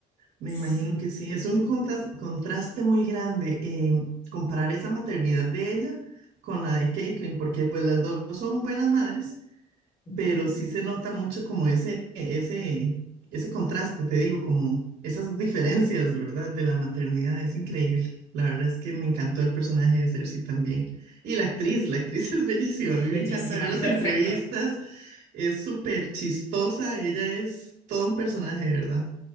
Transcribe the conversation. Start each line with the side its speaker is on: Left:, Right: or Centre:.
Right: Me
Left: Sí,
Right: imagino que sí, es un contas- contraste muy grande eh, comparar esa maternidad de ella con la de Caitlyn, porque pues las dos son buenas madres,
Left: ujú.
Right: pero sí se nota mucho como ese, ese, ese contraste, te digo, como esas diferencias, ¿verdad? De la maternidad, es increíble. La verdad es que me encantó el personaje de Cersei también. Y la actriz, la actriz <laughs> es bellísima,
Left: es
Right: a mí
Left: bellísima,
Right: me encanta ver
Left: es
Right: las
Left: perfecta.
Right: entrevistas, es súper chistosa, ella es todo un personaje, ¿verdad?